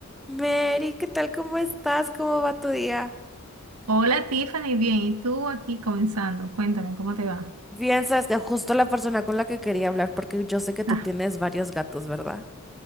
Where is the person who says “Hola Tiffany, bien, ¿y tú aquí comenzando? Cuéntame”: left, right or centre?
Right